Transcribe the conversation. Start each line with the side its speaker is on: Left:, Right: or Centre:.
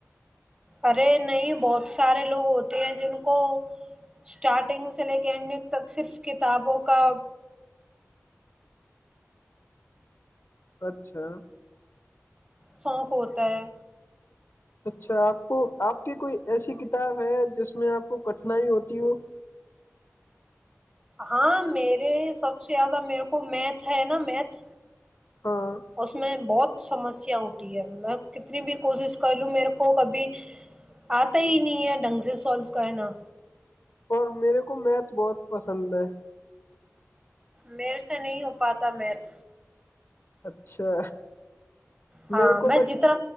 Right: ارے نہیں بہت سارے لوگ ہوتے ہیں جن کو اسٹارٹنگ سے لے کے انینڈنگ تک صرف کتابوں کا
Left: اچھا
Right: سوق ہوتا ہے
Left: اچھا آپ کو آپ کی کوئی ایسی کتاب ہے جس میں آپ کو کٹھنائی ہوتی ہو
Right: ہاں میرے سب سے زیادہ میرے کو میتھ ہے نا میتھ
Left: ہاں
Right: اس میں بہت سمسیا ہوتی ہے میں کتنی بھی کوشش کر لوں میرے کو کبھی آتا ہی نہیں ہے ڈھنگ سے سولو کرنا
Left: اور میرے کو میتھ بہت پسند ہے
Right: مے سے نہیں ہو پاتا میت
Left: اچھا
Right: ہاں
Left: میرے کو
Right: میں
Left: بٹ
Right: جتنا